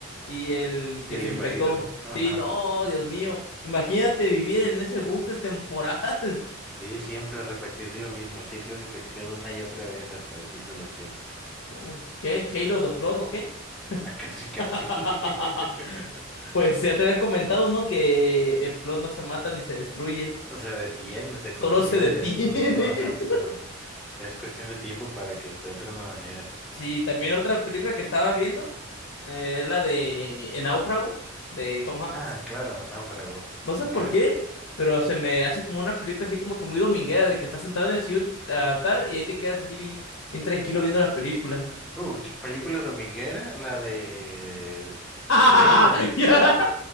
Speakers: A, on the left; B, in the centre.
A: y el
B: Y
A: que
B: el
A: se
B: invadido,
A: infectó.
B: ajá.
A: Sí, no, Dios mío, imagínate vivir en ese bucle temporal. <laughs>
B: Sí, siempre repetir lo mismo, el ciclo de infección una y otra vez hasta el fin de los tiempos.
A: Mm, ¿Qué? ¿Halo the Flood o qué?
B: <laughs> Casi,
A: <laughs>
B: casi. <laughs>
A: Pues ya te había comentado, ¿no? Que el Flood no se mata ni se destruye.
B: Se detiene, se
A: solo
B: contiene
A: se detiene.
B: de algún modo, ajá,
A: <laughs>
B: pero es cuestión de tiempo para que encuentre una manera.
A: Sí, también otra película que estaba viendo eh, es la de El Náufrago de Tom Hanks.
B: Ah, claro, Náufrago,
A: No sé
B: un
A: por
B: clásico.
A: qué, pero se me hace como una película así como que muy dominguera de que estás sentado en el sillón ah, tal, y ahí te quedas así bien, bien tranquilo viendo la película.
B: Uh, ¿qué película dominguera, la de
A: <laughs>
B: Tremor,
A: Ya,